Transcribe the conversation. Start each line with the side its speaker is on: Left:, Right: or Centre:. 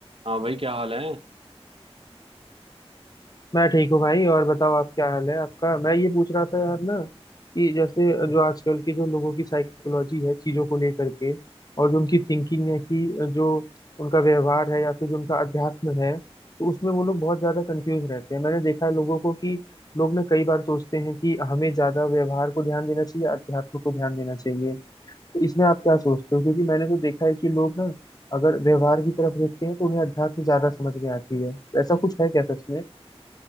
Right: हाँ भाई क्या हाल है
Left: मैं ठीक हूँ भाई और बताओ आप क्या हाल है आपका मैं ये पूछ रहा था यार ना कि जैसे जो आजकल की जो लोगों की साइकोलॉजी है चीजों को लेकर के और जो उनकी थिंकिंग है कि जो उनका व्यवहार है या फिर जो उनका अध्यात्म है तो उसमें वो लोग बहुत ज्यादा कंफ्यूज रहते हैं मैंने देखा है लोगों को कि लोग ना कई बार सोचते हैं कि हमें ज्यादा व्यवहार को ध्यान देना चाहिए अध्यात्म को ध्यान देना चाहिए तो इसमें आप क्या सोचते हो क्योंकि मैंने तो देखा है कि लोग ना अगर व्यवहार की तरफ देखते हैं तो उन्हें अध्यात्म ज्यादा समझ में आती है तो ऐसा कुछ है क्या सच में